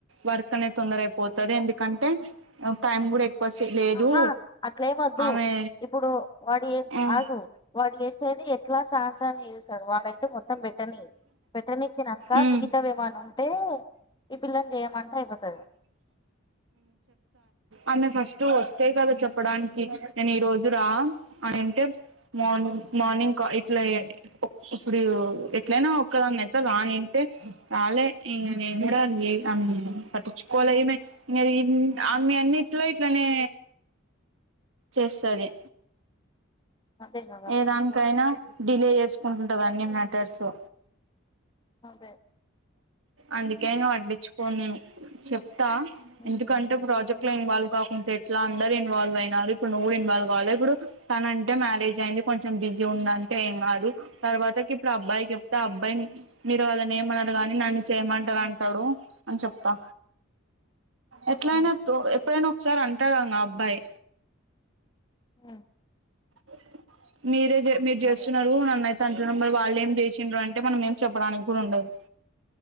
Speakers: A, on the right (about 65°); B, on the left (about 20°).
A: వర్క్ అనే తొందర అయిపోతది ఎందుకంటే టైమ్ గుడా ఎ పస్ లేదు
B: ఆహా అట్లేమొద్దు
A: ఆమె
B: ఇప్పుడు వాడు ఏ
A: హ్మ్
B: ఆగు వాడు చేసేది ఎట్లా సాహసాన్ని చేస్తడు వాడైతే మొత్తం పెట్టని పెట్టనిచ్చినాక
A: హ్మ్
B: మిగతావి ఏమో అన్న ఉంటే ఈ పిల్లని చేయమంటే అయిపోతది
A: అన్న ఫష్ టు వస్తాయ్ కదా చెప్పడాన్ నేను ఈ రోజు రా అని అంటే మార్ని మార్నింగ్ క ఇట్ల ఏ ఇప్పుడు ఎట్లైనా ఒక్కదాన్నయితా రానింటే రాలే నేను కూడా ఆ అమ్ పట్టించుకోలే ఈమె ఈమె అమ్ ఆమె అన్నిట్లో ఇట్లనే చేస్తాది
B: అదే కదా
A: ఏ దానికైనా డిలే
B: ఉమ్,
A: చేసుకుంటుంట అని మ్యాటర్సు
B: అదే
A: అందుకే
B: ఉమ్,
A: వడ్డిచు పోన్ నేను చెప్ప్
B: ఉమ్,
A: ఎందుకంటే ప్రాజెక్ట్
B: ఉమ్,
A: లో ఇన్వాల్వ్
B: ఉమ్,
A: కాకుంటే ఇలా అందరు ఇన్వాల్వ్ అయినార్ ఇప్పుడు నువ్వు ఇన్వావ్ కావాల ఇప్పుడు తన అంటే మ్యారేజ్ అయింది కొంచెం బిజీ ఉందంటే ఏం కాదు తర్వాతకి ఇప్పుడు అబ్బాయికి చెప్తే అబ్బాయి మీరు వాళ్ళని ఏమన్నారు కాగాని నన్ను చేయమంటారు అంటాడు అన్ చెప్తా ఎట్లైనెత్తు
B: ఉమ్.
A: ఎప్పుడైనావ్ సారంటాడంగ అబ్బాయ్
B: హ్మ్
A: అ మీరే జే మీర్
B: నిజమే.
A: జేస్తున్నారు అన్ అన్నయ్ తక్షణం పోయి వాళ్ళు ఏం చేసిండ్రు అంటే మనం ఏం చెప్పడానికి కూడ ఉండదు